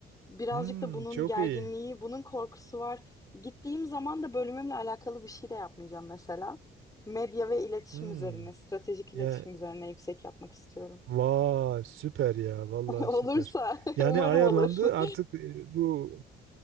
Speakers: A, on the left (about 20°); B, on the right (about 80°).
A: Birazcık
B: Hmm,
A: da bunun
B: çok
A: gerginliği,
B: iyi.
A: bunun korkusu var. Gittiğim zaman da bölümümle alakalı bir şey de yapmayacağım mesela. Medya ve iletişim
B: Hmm.
A: üzerine, stratejik
B: Ya
A: iletişim üzerine yüksek yapmak istiyorum.
B: vay süper ya vallahi
A: <laughs> Olursa,
B: süper.
A: <laughs>
B: Yani
A: umarım
B: ayarlandı
A: olur. <laughs>
B: artık e, bu